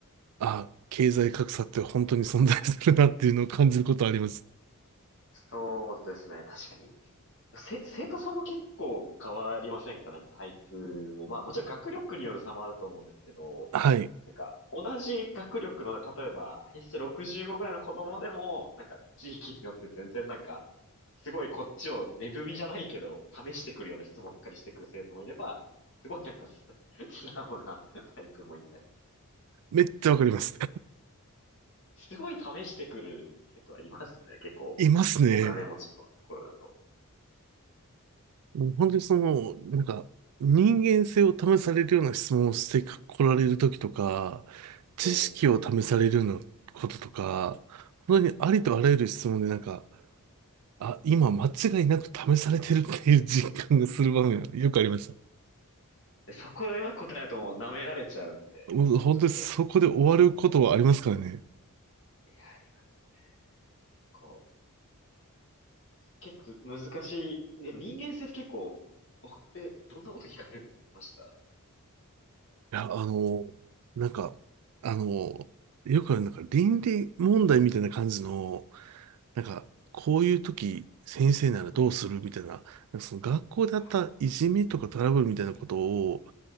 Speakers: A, on the right; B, on the left.
A: あ、
B: ね。
A: 経済格差って本当に存在するなっていうのを感じることあります。
B: そうですね、確かに。せ、生徒さんも結構変わりませんかなんかタイプも。まあもちろん学力による差もあると思うんですけど、
A: はい。
B: なんか、同じ学力の、例えば、偏差値65ぐらいの子供でも、なんか、地域によって全然なんか、すごいこっちを値踏みじゃないけど、試してくるような質問ばっかりしてくる生徒もいれば、すごいなんかす <laughs> 素直なタイプもいたりみたいな。
A: めっちゃわかります。
B: すごい試してくる生徒はいますね、結構。
A: <laughs> いますね。
B: お金持ちのところだと。
A: もう本当にその、なんか、人間性を試されるような質問をしてこられるときとか、知識を試されるようなこととか、
B: ええ。
A: 本当にありとあらゆる質問でなんか、あ、今間違いなく試されてるっていう実感がする場面がよくありました。
B: でそこでうまく答えだともう舐められちゃうんで、
A: もう本当にそこで終わることはありますからね。
B: ちょっと、いや、ありますね。こう。結構難しい。でも人間性って結構、おえ、どんなこと聞かれました
A: いや、あの、なんか、あの、よくある、なんか倫理問題みたいな感じの、なんか、
B: えー、
A: こういう時、先生ならどうするみたいな、なんかその学校であったいじめとかトラブルみたいなことを、
B: あ